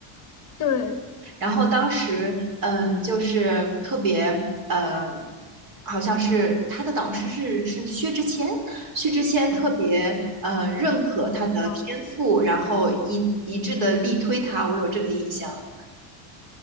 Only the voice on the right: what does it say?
然后当时，嗯，呃就是特别，呃，好像是他的导师是是薛之谦，薛之谦特别呃认可他的天赋，
然后一一致的力推他，我有这个印象。